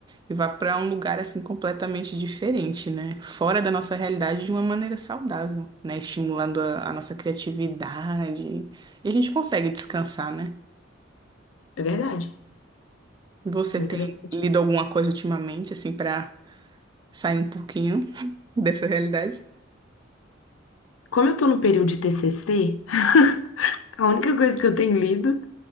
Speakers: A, on the right (about 20°); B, on the left (about 85°).
A: e vá para um lugar assim completamente diferente, né? Fora da nossa realidade de uma maneira saudável, né? Estimulando a, a nossa criatividade. E a gente consegue descansar, né?
B: É verdade,
A: Você
B: muito
A: tem
B: verdade.
A: lido alguma coisa ultimamente assim para sair um pouquinho <laughs> dessa realidade.
B: Como eu estou no período de TCC, <laughs> a única coisa que eu tenho lido